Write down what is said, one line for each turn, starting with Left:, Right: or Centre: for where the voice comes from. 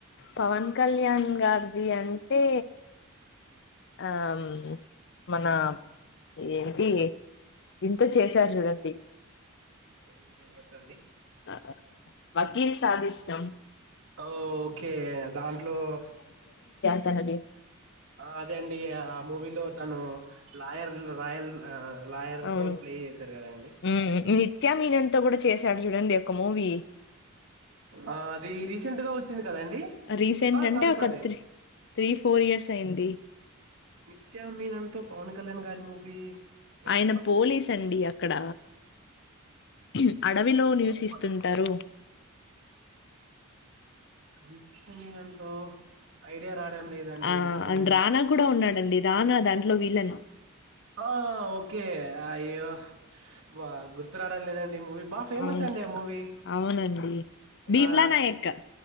Left: పవన్ కళ్యాణ్ గారిది అంటే ఆమ్ మనమ్ ఏంటియి దింతో జేశారు జూడండి
Right: ఉ ఎవర్ తల్లి
Left: ఆ అ వకీల్ సాబిష్టం
Right: ఓ ఓకే దాంట్లో
Left: తనది
Right: ఆ అదే అండి ఆ మూవీలో తను లాయర్ రాయల్ ఆ లాయర్
Left: అవును
Right: రోల్ ప్లే చేశారు కదా అండి
Left: మ్మ్ నిత్యా మీనన్తో కూడా చేశాడు చూడండి ఒక మూవీ
Right: ఆ అది రీసెంట్గా వచ్చింది కదండి
Left: రీసెంట్
Right: ఆ
Left: అంటే
Right: సారీ
Left: ఒక
Right: sorry
Left: three three four years అయింది
Right: నిత్యా మీనతో పవన్ కళ్యాణ్ గారి మూవీ ఏంటబ్బా
Left: ఆయన పోలీసండి అక్కడ హమ్ అడవిలో నివసిస్తుంటరు.
Right: గబ్బ నిత్యా మీనన్ తో ఐడియా రాడం లేదండి
Left: ఆ
Right: నిత్యమీనన్
Left: అండ్ రానా కూడా ఉన్నాడండి రానా దాంట్లో విలన్
Right: ఆ ఓకే అయ్యో వ గుర్తు రాడం లేదండి మూవీ బా ఫేమస్
Left: అవును
Right: అండి ఆ మూవీ
Left: అవునండి భీమ్లా
Right: ఆ
Left: నాయక్